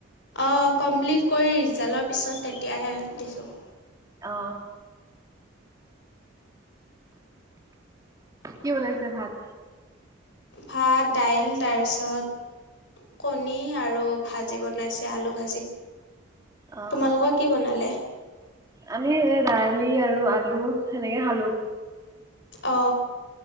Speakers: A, on the left; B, on the right.
A: অঁ কমপ্লিট কৰি ৰিজাল্টৰ পিছত তেতিয়াহে দিছোঁ।
B: অ কি বনাইছে ভাত
A: ভাত দাইল তাৰপিছত কণী আৰু ভাজি বনাইছে আলু ভাজি।
B: অ'
A: তোমালোকৰ কি বনালে?
B: আমি সেই দাইল আৰু আলু সেনেকে খালো।
A: অ